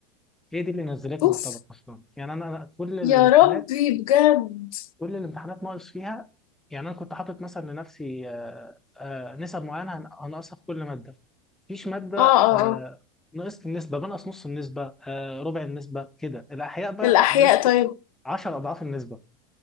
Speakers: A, in the centre; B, on the left.
A: هي دي اللي نزلتني
B: اوف
A: يعتبر اصلا يعني انا أنا كل الامتحانات
B: يا ربي بجد
A: كل الامتحانات ناقص فيها يعني انا كنت حاطط مثلا لنفسي آه، آه، نسب معينه هن- هنقصها في كل ماده مفيش ماده
B: اه اه
A: آه،
B: اه
A: نقصت النسبه بنقص نص النسبه آه، ربع النسبه كده الاحياء بقى
B: الأحياء
A: نقصت
B: طيب
A: 10 اضعاف النسبه